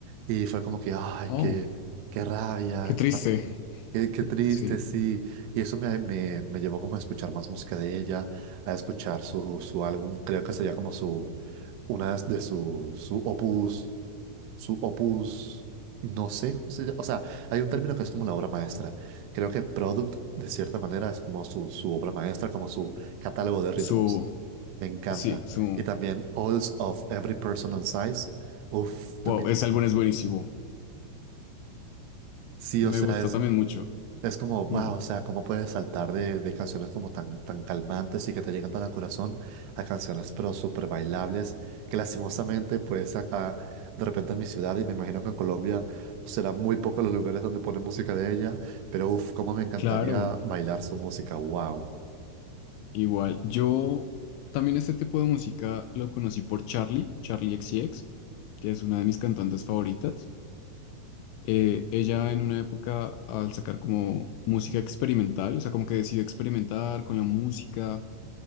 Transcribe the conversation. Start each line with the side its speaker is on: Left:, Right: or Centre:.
Right: Y fue como que, ay,
Left: Oh,
Right: qué, qué rabia,
Left: qué triste.
Right: qué, fas- qué, qué triste,
Left: Sí,
Right: sí. Y eso me, me, me llevó como a escuchar más música de ella, a escuchar su, su álbum, creo que sería como su, una de sus, su opus su opus, no sé cómo se llama, o sea, hay un término que es como la obra maestra. Creo que Product, de cierta manera, es como su, su obra maestra, como su catálogo de ritmos.
Left: su,
Right: Me encanta.
Left: sí, su,
Right: Y también Alls of Every Person on Size. Uf, también.
Left: wow, ese álbum es buenísimo.
Right: Sí,
Left: Me
Right: o sea,
Left: gusta
Right: es
Left: también mucho.
Right: Es como, wow,
Left: Mm.
Right: o sea, cómo puedes saltar de, de canciones como tan, tan calmantes y que te llegan tan al corazón a canciones pero súper bailables, que lastimosamente pues acá de repente en mi ciudad y me imagino que en Colombia será muy poco los lugares donde ponen música de ella, pero uff, cómo me encantaría
Left: Claro.
Right: bailar su música, wow.
Left: Igual, yo también este tipo de música lo conocí por Charlie, Charlie XCX, que es una de mis cantantes favoritas. Eh, ella en una época al sacar como música experimental, o sea, como que decidió experimentar con la música